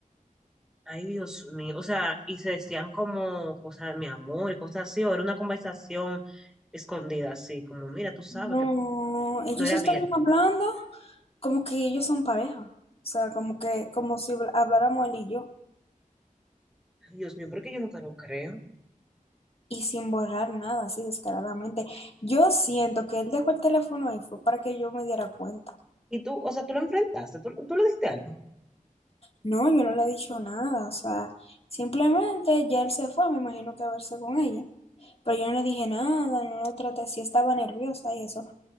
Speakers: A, in the centre; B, on the left.
A: Ay, Dios mío. O sea, y se decían como cosas, de mi amor, y cosas así, o era una conversación escondida, así, como, mira, tú sabes
B: No,
A: que
B: ellos
A: no era
B: estaban
A: abierto.
B: hablando como que ellos son pareja. O sea, como que, como si habláramos él y yo.
A: Ay, Dios mío, ¿por qué yo no te lo creo.
B: Y sin borrar nada, así descaradamente. Yo siento que él dejó el teléfono ahí fue para que yo me diera cuenta.
A: Y tú, o sea, tú lo enfrentaste, tú, tú le diste algo.
B: No, yo no le he dicho nada, o sea, simplemente ya él se fue, me imagino que a verse con ella, pero yo no le dije nada, no lo traté, sí estaba nerviosa y eso,